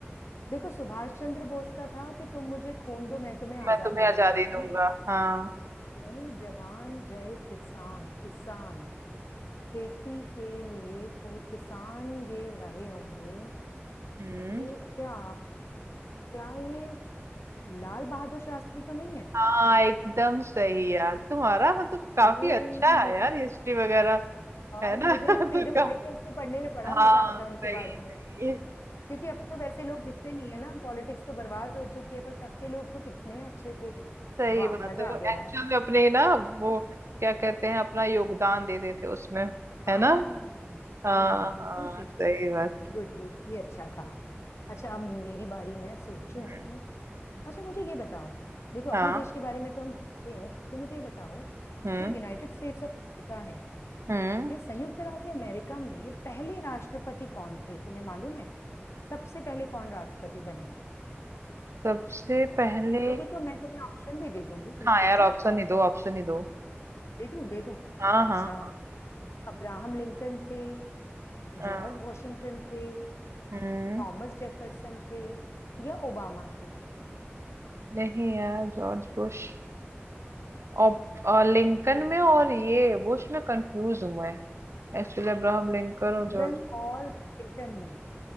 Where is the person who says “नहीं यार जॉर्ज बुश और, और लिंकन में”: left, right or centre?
Right